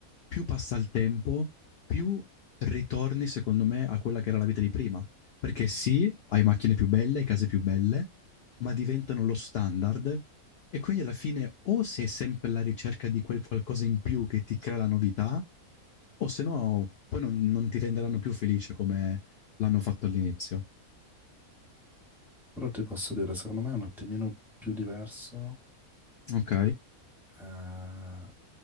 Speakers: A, on the left; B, in the centre.
A: più passa il tempo, più ritorni, secondo me, a quella che era la vita di prima. Perché sì, hai macchine più belle, hai case più belle, ma diventano lo standard e quindi alla fine o sei sempre alla ricerca di quel qualcosa in più che ti crea la novità, o se no poi non, non ti renderanno più felice come l'hanno fatto all'inizio.
B: Però ti posso dire, secondo me è un attimino più diverso
A: Ok?
B: eh,